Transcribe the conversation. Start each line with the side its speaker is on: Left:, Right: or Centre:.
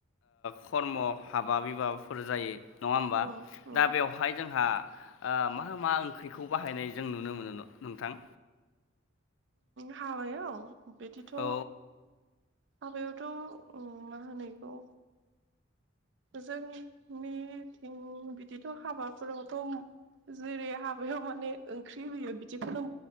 Left: खर्म हाबा बिबाफोर जायो। नङा होमबा
Right: उम उम
Left: दा बेवहाय जोंहा मा मा ओंख्रिखौ बाहायनाय जों नुनो मोनो नोंथां।
Right: हाबायाव बिदिथ'
Left: औ
Right: हाबायावथ' मा होनो बेखौ जोंनिथिं बिदिथ' हाबाफोरावथ' जेरै हाबायाव माने ओंख्रि होयो बिदिखौनो